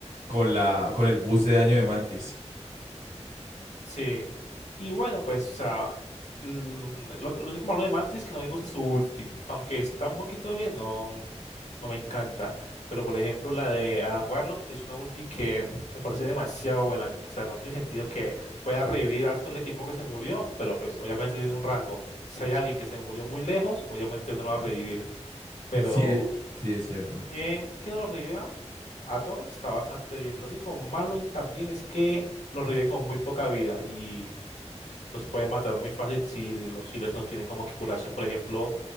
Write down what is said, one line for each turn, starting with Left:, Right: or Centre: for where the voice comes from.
Right: con la, con el boost de daño de Mantis.
Left: Sí. Y bueno, pues, o sea, l- lo, lo único malo de Mantis es que no me gusta su ulti. Aunque está un poquito bien, no, no me encanta. Pero por ejemplo, la de Adam Warlock, sí es una ulti que me parece demasiado buena. O sea, no tiene sentido que pueda revivir a todo el equipo que se murió, pero pues obviamente tiene un rango. Si hay alguien que se murió muy lejos, obviamente no lo va a revivir. Pero
Right: Sí, es- sí es cierto.
Left: también que lo reviva a todos está bastante bien. Lo único malo también es que lo revive con muy poca vida y los pueden matar muy fácil si los healers no tienen como que curación. Por ejemplo,